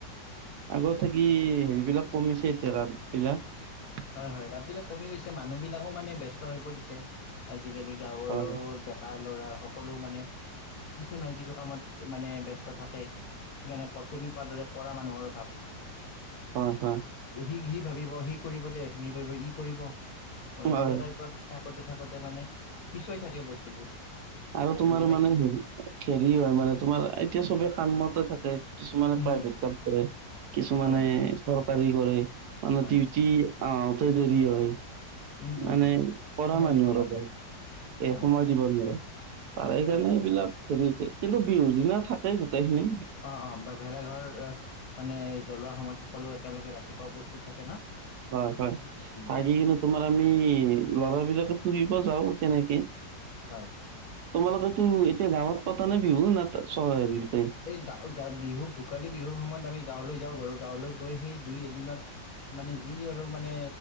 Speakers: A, on the right (about 70°); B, on the left (about 55°).
A: আগত থাকি হেৰিবিলাক কমিছে এতিয়া ৰাপ বিলাক
B: হয় হয় ৰাপ বিলাক কমি গৈছে মানুহ বিলাকো মানে ব্যস্ত হৈ পৰিছে আজিকালি গাঁৱৰো
A: হয়
B: কা ল'ৰা সকলো মানে কিছু নহয় কিছু কামত মানে ব্যস্ত থাকে সেইকাৰণে তুমি কোৱাৰ দৰে কৰা মানুহৰ অভাৱ
A: হয় হয়
B: সি সি ভাবিব সি কৰিব দে ই ভাবিব ই কৰিব বা এনেকুৱা
A: হয়
B: টাইপত থাকোতে থাকোতে মানে পিছুৱাই থাকে বস্তুবোৰ
A: আৰু
B: সেইটো
A: তোমাৰ
B: বুজি পাইছোঁ।
A: মানে হে হেৰি হয় মানে তোমাৰ এতিয়া চবে কামতে থাকে কিছুমানে
B: উম
A: প্ৰাইভেট জব কৰে কিছুমানে
B: হয়
A: চৰকাৰী কৰে মানে
B: হয়
A: ডিউটি আহোতে দেৰি হয়
B: উম
A: মানে
B: উম।
A: কৰা
B: সময়
A: মানুহৰ
B: দিব নোৱাৰে
A: অভাৱ এসময়ত
B: হয়
A: দিব নোৱাৰে তাৰেই কাৰণে
B: অঁ
A: এইবিলাক
B: অঁ।
A: হেৰি হৈছে কিন্তু বিহুৰ দিনা থাকেই গোটেই খিনি
B: অ অ ভে ভেলাঘৰ মানে জ্বলোৱা সময়ত সকলো একেলগে ৰাতিপুৱা উপস্থিত থাকে ন
A: হয় হয়
B: উম
A: থাকিকিনে তোমাৰ আমি লৰা বিলাকে ফুৰিব যাওঁ তেনেকে
B: হয়
A: তোমালোকেতো এতিয়া গাঁৱত পাতা নে বিহু না চহৰত
B: এই গা গা বিহু ভোগালী বিহুৰ সময়ত আমি গাঁৱলৈ যাওঁ বাৰু গাঁৱলৈ গৈ সেই দুই এদিনত মানে যি আৰু মানে